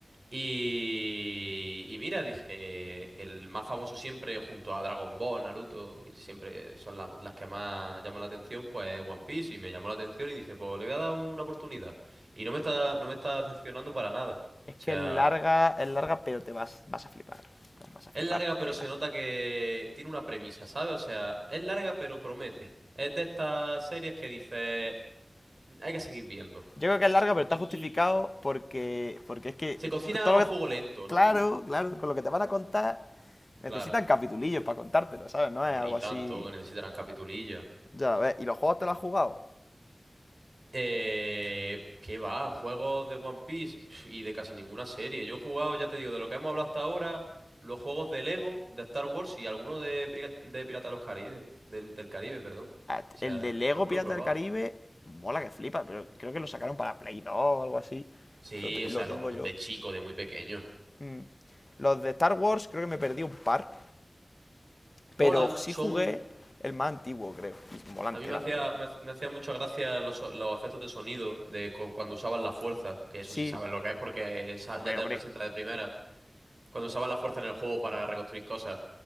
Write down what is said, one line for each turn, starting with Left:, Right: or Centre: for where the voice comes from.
Right: Y, y mira, dije, el más famoso siempre junto a Dragon Ball, Naruto, y siempre son la- las que más llaman la atención, pues One Piece, y me llamó la atención y dije, pues le voy a dar una oportunidad. Y no me está, no me está decepcionando para nada.
Left: Es que
Right: O sea,
Left: es larga, es larga, pero te vas, vas a flipar. Vas a flipar
Right: es larga, pero
Left: tela.
Right: se nota que tiene una premisa, ¿sabes? O sea, es larga, pero promete. Es de estas series que dice, hay que seguir viendo.
Left: Yo creo que es larga, pero
Right: Porque
Left: está
Right: aquí
Left: justificado porque, porque es que
Right: se cocina
Left: todo
Right: algo
Left: lo
Right: a fuego
Left: que...
Right: lento,
Left: Claro,
Right: ¿no?
Left: claro, con lo que te van a contar necesitan
Right: Claro.
Left: capitulillos para contártelo, ¿sabes? No
Right: Hombre,
Left: es algo
Right: y
Left: así
Right: tanto que necesitarán capitulillos.
Left: Ya, a ver, ¿y los juegos te los has jugado?
Right: Eh, ¿qué va? Juegos de One Piece Pf, y de casi ninguna serie. Yo he jugado, ya te digo, de lo que hemos hablado hasta ahora, los juegos de Lego, de Star Wars y alguno de, Pira- de Piratas de los Caribes, del, del Caribe, perdón.
Left: Ah,
Right: O sea,
Left: El de Lego
Right: alguno
Left: Pirata
Right: he probado.
Left: del Caribe, mola que flipa, pero creo que lo sacaron para Play 2 o algo así.
Right: Sí,
Left: Lo, te-
Right: o sea,
Left: lo
Right: los
Left: tengo yo.
Right: de chico, de muy pequeño.
Left: Mm. Los de Star Wars creo que me perdí un par, pero
Right: Molan,
Left: sí
Right: son...
Left: jugué el más antiguo, creo. Y mola
Right: A
Left: entera,
Right: mí me hacía,
Left: la verdad.
Right: me, hac- me hacía mucha gracia los, so- los efectos de sonido de cu- cuando usaban la fuerza, que eso
Left: Sí,
Right: sí sabes lo que es porque esa-
Left: hombre,
Right: ya te
Left: hombre.
Right: la presenta de primera. Cuando usabas la fuerza en el juego para reconstruir cosas,